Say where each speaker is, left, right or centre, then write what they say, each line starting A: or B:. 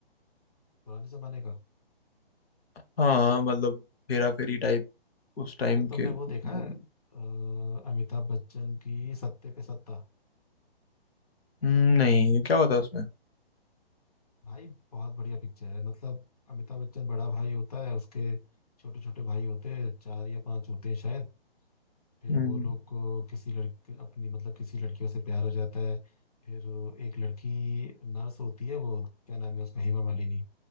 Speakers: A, on the left; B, on the left.
A: पुराने जमाने का
B: हाँ मतलब हेरा फेरी टाइप उस टाइम
A: अरे
B: के
A: तुमने
B: कुछ
A: वो देखा
B: मूवी
A: है अ, अमिताभ बच्चन की सत्ते पे सत्ता
B: नहीं क्या होता है उसमें
A: भाई बहुत बढ़िया पिक्चर है मतलब अमिताभ बच्चन बड़ा भाई होता है उसके छोटे छोटे भाई होते हैं चार या पांच होते हैं शायद फिर
B: हम्म
A: वो लोग को किसी लड़की अपनी मतलब किसी लड़कियों से प्यार हो जाता है फिर एक लड़की नर्स होती है वो क्या नाम है उसका हेमा मालिनी